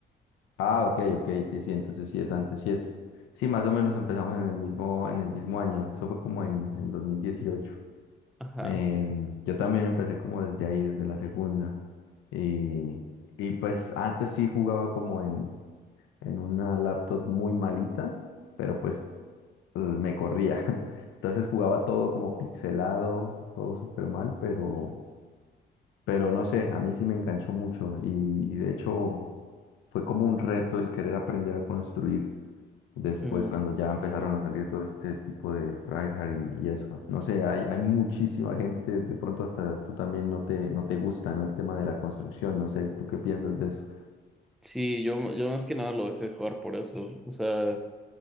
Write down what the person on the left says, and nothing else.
Ah, ok, ok, sí, sí, entonces sí es antes, sí es, sí, más o menos empezamos en el mismo, en el mismo año, eso fue como en, en 2018.
Em, yo también empecé como desde ahí, desde la segunda. Y, y pues antes sí jugaba como en, en una laptop muy malita, pero pues eh, me corría. <laughs> Entonces jugaba todo como pixelado, todo súper mal, pero, pero no sé, a mí sí me enganchó mucho y, y de hecho fue como un reto el querer aprender a construir Después,
cuando ya empezaron a salir todo este tipo de tryhard y, y eso. No sé, hay, hay muchísima gente, de pronto hasta tú también no te, no te gusta, ¿no? El tema de la construcción, no sé, ¿tú qué piensas de eso?